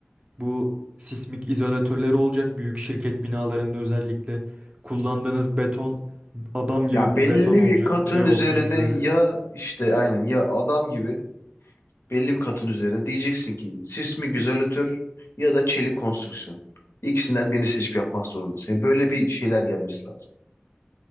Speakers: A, on the right; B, on the left.
A: bu sismik izolatörleri olacak büyük şirket binalarında özellikle. Kullandığınız beton adam gibi
B: Ya belli
A: bir beton olacak
B: bir katın
A: C30
B: üzerine
A: üzeri.
B: ya işte aynen ya adam gibi belli bir katın üzerine diyeceksin ki sis mi güzelötür ya da çelik konstrüksiyon. İkisinden birini seçip yapmak zorundasın. Ya böyle bir şeyler gelmesi lazım.